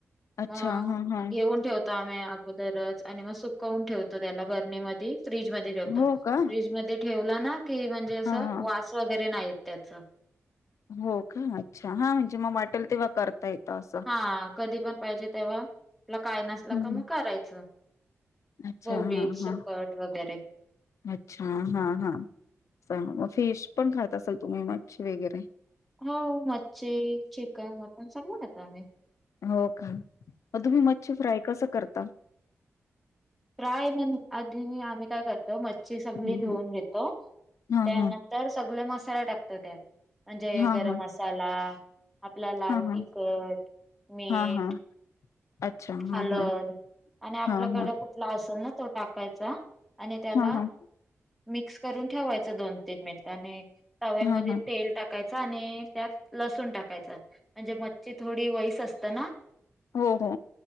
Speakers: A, on the left; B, in the centre.
A: अच्छा
B: मं
A: हा हा
B: घेऊंन ठेवतो मं अगोदरचं आणि मंग सुंकवूंन ठेवतो त्यांला बरणी मं फ्रीज मध्यें फ्रीज
A: हो का
B: मध्यें ठेवलां नां की म्हणजे असं
A: हा हा
B: वांस वगैरें नाहीं येतं त्यांचा
A: हो कां अच्छा हां म्हणजे मंग वाटेल तेव्हां करतां येतं असं
B: हां कधीं पणं पाहिजे तेव्हां आपलां कायं नसलं
A: हम्म,
B: कां
A: हम्म.
B: मंग तेंव्हां करायचं
A: अच्छा
B: बोंबिल
A: हा
B: सुकटं
A: हा
B: वगैरें
A: अच्छा हां हां मंग फिश पणं खातं असांल तुम्हीं मच्छी वगैरें
B: हो मच्छी चिकन मटंन सगळं खातं आम्हीं
A: हो कां मंग तुम्हीं मच्छी फ्रांय कसं करतां
B: फांय आंधी आम्हीं कायं करतो मच्छी सगळी
A: हम्म,
B: धुऊंन
A: हम्म.
B: घेतो
A: हा
B: त्यांनंतर
A: हा
B: तरं सगळं मसांला टाकतो त्यांत म्हणजे
A: हा
B: गरमं
A: हा
B: मसांला आपलां लांल
A: हा
B: तिखंट
A: हा
B: मीठ
A: हा हा अच्छा हां,
B: हलंद
A: हां.
B: आणि आपल्याकडं
A: हां, हां.
B: कुंठ त्यांला असलं नां तो टाकांयचा आणि त्यांला
A: हां, हां.
B: मिक्सं करूंन ठेवायचं दोन तीनं मिनिटं आणि तव्यांमध्ये
A: हां, हां.
B: तेल टाकूंन टाकांयचा आणि त्यांतन लसूणं टाकांयचा म्हणजे मच्छी थोडी वैस असतं नां
A: हो हो